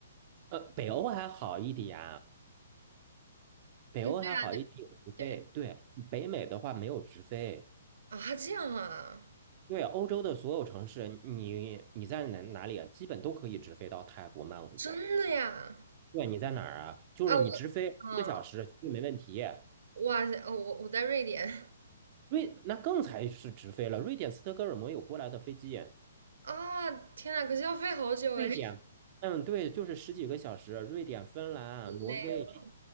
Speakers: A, on the right (about 25°); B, on the right (about 70°).
A: 呃，北欧还好一点，北欧还好一点有直飞，
B: 对啊，对对
A: 对，北美的话没有直飞。
B: 啊，这样啊。
A: 对，欧洲的所有城市，你你在哪哪里啊，基本都可以直飞到泰国曼谷。
B: 真的呀？
A: 对，你在哪儿啊？就是你直飞一个小时绝对没问题。
B: 啊，我啊，哇塞，哦，我我在瑞典
A: 瑞，那更才是直飞了。瑞典斯德哥尔摩有过来的飞机，
B: 啊，天呐，可是要飞好久哎，
A: 瑞典，
B: 太
A: 嗯，对，就是十几个小时。瑞典、芬兰、挪威这
B: 累了。